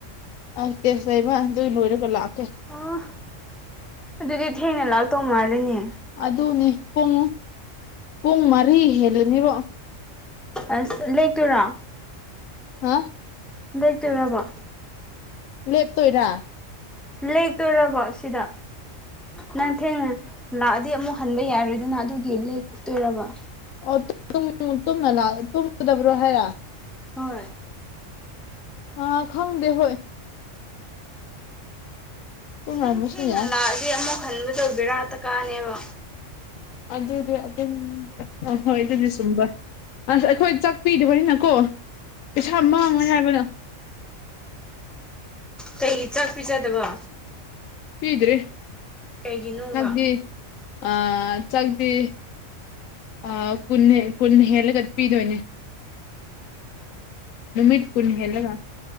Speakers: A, on the left (about 85°); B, in the centre.
A: ꯑ ꯇꯦꯁ ꯂꯩꯕ ꯑꯗꯨ ꯂꯣꯏꯔꯒ ꯂꯥꯛꯀꯦ
B: ꯑꯣ ꯑꯗꯨꯗꯤ ꯊꯦꯡꯅ ꯂꯥꯛꯇꯧ ꯃꯥꯜꯂꯦꯅꯦ
A: ꯑꯗꯨꯅꯦ ꯄꯨꯡ ꯄꯨꯡ ꯃꯔꯤ ꯍꯦꯜꯂꯅꯤꯕꯣ
B: ꯑꯁ ꯂꯦꯛꯇꯣꯏꯔꯣ
A: ꯍꯥꯥ
B: ꯂꯦꯛꯇꯧꯔꯕꯣ
A: ꯂꯦꯞꯇꯣꯏꯔꯥ
B: ꯂꯦꯛꯇꯣꯏꯔꯕ ꯁꯤꯗ ꯅꯪ ꯊꯦꯡꯅ ꯂꯥꯛꯑꯗꯤ ꯑꯃꯨꯛ ꯍꯟꯕ ꯌꯥꯔꯣꯏꯗꯅ ꯑꯗꯨꯒꯤ ꯂꯦꯛꯇꯣꯏꯔꯕ
A: ꯑꯣ <unintelligible> ꯇꯨꯝꯗꯕ꯭ꯔꯣ ꯍꯥꯏꯔ
B: ꯍꯣꯏ
A: ꯑ ꯈꯪꯗꯦ ꯍꯣꯏ ꯇꯨꯝꯔꯝꯕꯁꯨ
B: ꯅꯪ ꯊꯦꯡꯅ
A: ꯌꯥꯏ
B: ꯂꯥꯛꯑꯗꯤ ꯑꯃꯨꯛ ꯍꯜꯂꯥꯗꯣ ꯕꯦꯔꯥꯠꯇ ꯀꯥꯅꯦꯕ
A: ꯑꯗꯨꯗꯤ ꯑꯗꯨꯝ ꯑ ꯍꯣꯏ ꯑꯗꯨꯗꯤ ꯁꯨꯝꯕ ꯑꯁ ꯑꯩꯈꯣꯏ ꯆꯥꯛꯄꯤꯗꯕꯅꯤꯅꯀꯣ ꯄꯩꯁꯥ ꯃꯥꯡꯉꯣꯏ ꯍꯥꯏꯕꯅ
B: ꯀꯩ ꯆꯥꯛꯄꯤꯖꯗꯕ
A: ꯆꯄꯤꯗ꯭ꯔꯤ
B: ꯀꯩꯒꯤꯅꯣꯕ
A: <unintelligible> ꯑꯥ ꯆꯥꯛꯇꯤ ꯑꯥ ꯀꯨꯟ ꯀꯨꯟ ꯍꯦꯜꯂꯒ ꯄꯤꯗꯣꯏꯅꯦ ꯅꯨꯃꯤꯠ ꯀꯨꯟ ꯍꯦꯜꯒ